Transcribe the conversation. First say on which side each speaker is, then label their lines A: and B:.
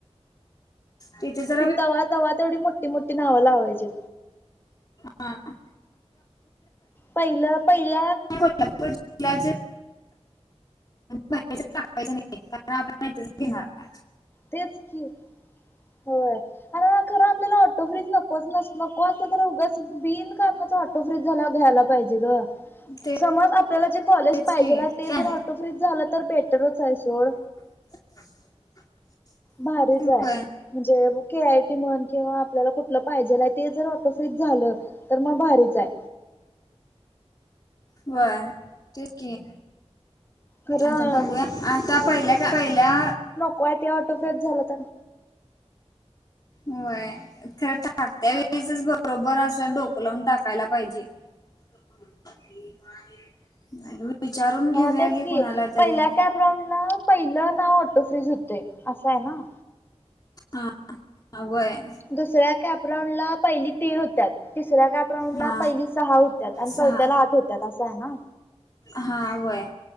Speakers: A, on the left; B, on the left.
A: तिथे ज..
B: ती तवा तवा तेवढी मोठी मोठी नाव लावायची.
A: हां
B: पहिलं पहिल..
A: डोक्यावर पडली प.. ल्या ज म्ह टाकायचे नाही कारण आपण माहिच घेणार काय?
B: तेच की, होय. आणि खरं आपल्याला ऑटो फ्रिरीज नकोचस नको असं तर उग बिन कारणाचं फ्रिज झाल्यावर घ्यायला पाहिजे ग,
A: ते
B: समज आपल्याला जे कॉलेज
A: तेच
B: पाहिजेल
A: की
B: आहे ते
A: काय
B: जर ऑटो फ्रीज झालं तर बेटरच आहे सोड.
A: <unintelligible>
B: भारीच
A: होय
B: आहे म्हणजे के. आय. टी. म्हण किंवा आपल्याला कुठलं पाहिजेला आहे ते जर ऑटो फ्रिज झालं तर मग भारीच आहे.
A: व्हय, तेच की
B: खरं
A: आता बघूया आता पहिल्या का पहिल्या
B: कोय ते तेव्हा तसंच झालं तर?
A: होय खरं टाकत्या वेळेचच बरोबर असं डोकलावून टाकायला पाहिजे. <unintelligible> घेऊया
B: हा तेच
A: घे
B: की
A: कोणाला तरी
B: पहिला कॅप राऊंडला पहिलं नाव ऑटो फ्रीज होते असं आहे ना.
A: हा.. ह व्हय
B: दुसऱ्या कॅपराऊंड ला पहिली ते होत्यात. तिसऱ्या काॅप राऊंडला
A: हा
B: पहिली सहा होत्या आणि
A: सहा
B: चौथ्याला आठ होत्या असं आहे ना.
A: हा व्हय